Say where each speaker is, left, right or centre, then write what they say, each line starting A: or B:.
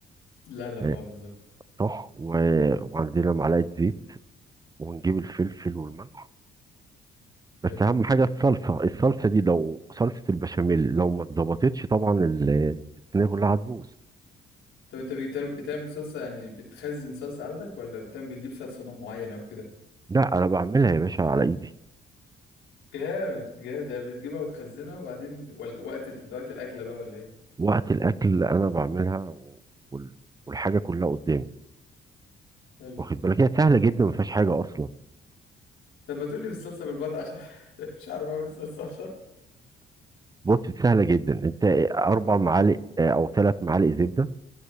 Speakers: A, on the left (about 80°); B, on the right (about 20°).
A: لا لا ما
B: آه،
A: هو بالظبط
B: صح و... وعندنا معلقة زيت وهنجيب الفلفل والملح بس
A: حلو
B: اهم حاجه الصلصه الصلصه دي لو صلصه البشاميل لو ما اتظبطتش طبعا ال- الصينيه كلها هتبوظ
A: طب انت بتعمل بتعمل صلصة يعني بتخزن صلصة عندك ولا بتعمل بتجيب صلصة نوع معين او كده
B: لا انا بعملها يا باشا على ايدي
A: جامد جامد ده بتجيبها وتخزنها وبعدين ولا وقت ال- وقت الأكلة بقى ولا ايه
B: وقت الاكل انا بعملها و- وال- والحاجه كلها قدامي
A: حلو
B: واخد بالك هي سهله
A: حلو
B: جدا
A: والله
B: ما فيهاش حاجه اصلا
A: طب ما تقول لي بالصلصة بالبره عشان <laughs> مش عارف اعمل الصلصة عشان.
B: بص سهله جدا انت اربع معالق آه، او ثلاث معالق زبده